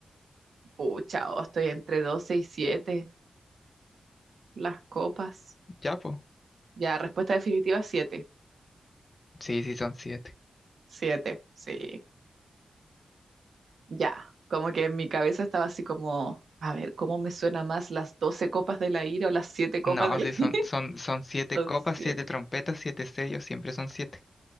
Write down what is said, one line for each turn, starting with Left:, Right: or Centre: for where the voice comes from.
Right: Pucha, oh, estoy entre doce y siete. Las copas.
Left: Ya, pues.
Right: Ya, respuesta definitiva, siete.
Left: Sí, sí, son siete.
Right: Siete, sí. Ya, como que en mi cabeza estaba así como, a ver, ¿cómo me suena más las doce copas de la ira o las siete copas
Left: No,
Right: de
Left: sí,
Right: la
Left: son,
Right: ira? <laughs>
Left: son, son siete
Right: Son
Left: copas,
Right: siete.
Left: siete trompetas, siete sellos, siempre son siete.